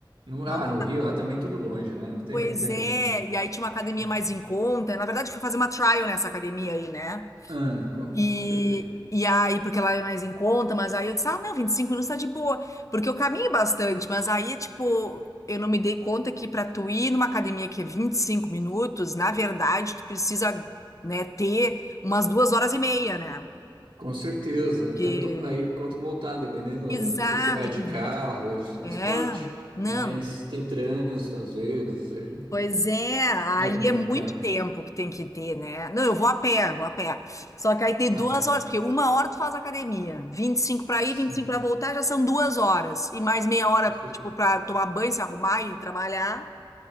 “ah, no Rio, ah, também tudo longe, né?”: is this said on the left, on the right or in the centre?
Right